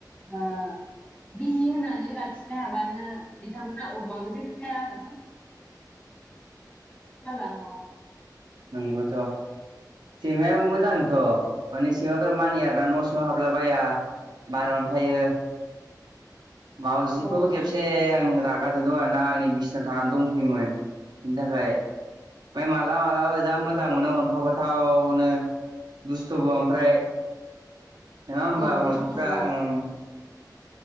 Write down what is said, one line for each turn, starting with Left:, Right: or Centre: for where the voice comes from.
Left: ओ बिजि होनानै राखिनो हाबानो बिथांमोनहा अरबाबो जेबो जाया आरो <unintelligible> नवाव
Right: नोंगौथ' सैमाया मोजांथ' माने सैमाफ्रा मानियो आरोना न' सिङाव हाबला बाया बारावनो थायो
Left: <inaudible>
Right: मावाजिखौबो
Left: औ
Right: खेबसे आं रागा जोंदोंमोन आंनि बिसिनाव थाना दंफैयोमोन बिनि थाखाय फाय मालाबा मालाबा जा मोजां मोनो अन्थाव बाथावनो दुस्थ'बो ओमफ्राय नोङा होमबा
Left: औ बेथ'
Right: <unintelligible>
Left: नंगौ
Right: ओं